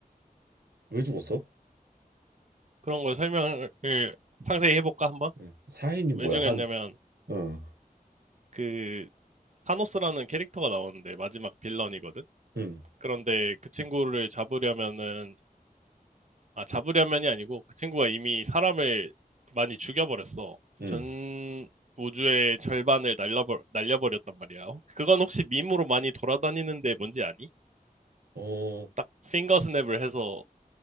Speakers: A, on the right; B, on the right.
A: 왜 죽었어?
B: 그런 걸 설명을 상세히 해볼까, 한번?
A: 응. 사인이 뭐야?
B: 왜 중요했냐면,
A: 한, 응,
B: 그, 타노스라는 캐릭터가 나오는데, 마지막 빌런이거든?
A: 응,
B: 그런데 그 친구를 잡으려면은, 아, 잡으려면이 아니고, 그 친구가 이미 사람을 많이 죽여버렸어.
A: 응,
B: 전 우주의 절반을 날려버, 날려버렸단 말이야. 그건 혹시 밈으로 많이 돌아다니는데 뭔지 아니?
A: 어,
B: 딱, 핑거 스냅을 해서